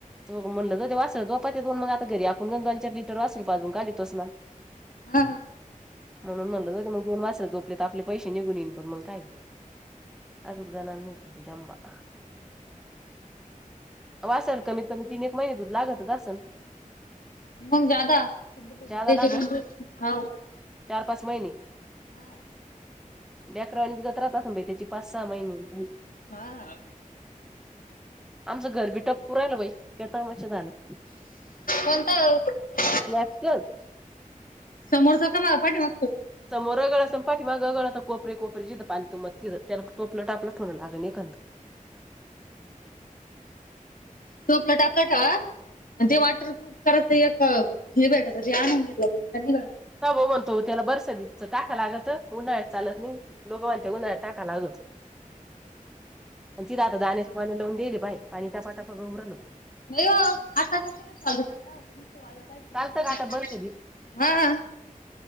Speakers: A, in the centre; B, on the left.
A: तो म्हणलं त ते वासर <unintelligible> आपण पण दोन चार लिटर वासरू पाजून काढतोच ना
B: ह ह
A: म्हणून म्हटलं त ते मग दोन वाचत झोपले तर आपले पैसे निघून येन पण मग काय अदा ननी कली कबा वासाल कमीत कमी तीन एक महिने दूध लागत अससन
B: मग जादा सधी पच
A: ज्यादा लागल. चार पाच महिने
B: हा
A: अकरावाली तुझा त्रात असून बा त्याची पाच सहा महिने
B: हा
A: <unintelligible>
B: कोणत
A: झाला
B: समोरच का माग पाठी मागतो
A: च मोरा पाठी माग गगळ आता कोपरे कोपरे जथं पाांतो मग तिं त्याला टोपलं टापलं ठोवं लाग एक
B: तो प्लटा आपला ठेवा आणि ते वॉटरप्रुफ करायचं एक हे भेटायचं जे आणून घेतलं त्यांनी
A: तम तो तेला बसदत टाका लागत उन्हाळत चालत नाही लोकन ते उन्हाळ्या टाका लागत तिथं आता दाण्याची पाणी लावून दिली बाय पाणी टासा टासा उ राल
B: नाइ ओ आता बी केलं चालू चाल काय होतं न तो
A: चालतं का आता बरसदीत
B: वा हा आ